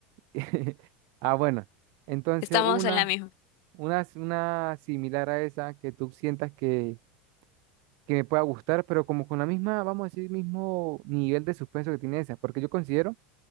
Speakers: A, on the right (about 60°); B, on the left (about 60°).
A: <laughs> Ah, bueno. Entonces,
B: Estamos
A: una,
B: en la misma.
A: una, una similar a esa que tú sientas que que me pueda gustar, pero como con la misma, vamos a decir, mismo nivel de suspenso que tiene esa, porque yo considero